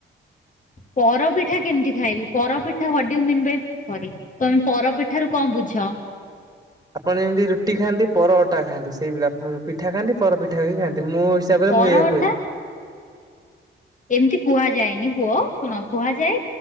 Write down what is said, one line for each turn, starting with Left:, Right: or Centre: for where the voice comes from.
Left: ପରପିଠା କେମିତି ଖାଇବି ପରପିଠା what do you mean by sorry. ତମେ ପରପିଠାରୁ କଣ ବୁଝ?
Right: ଆପଣ ଯେମିତି ରୁଟି ଖାଆନ୍ତି ପର ଅଟା ଖାଆନ୍ତି ସେଇଭଳିଆ ପିଠା ଖାଆନ୍ତି ପର ପିଠା ଖାଆନ୍ତି ମୁଁ ହିସାବରେ
Left: ପରଟା
Right: ମୁଇଆକୁ <unintelligible> ଏୟା କୁହେ।
Left: ଏମିତି କୁହାଯାଏନି ପୁଅ ଶୁଣ କୁହାଯାଏ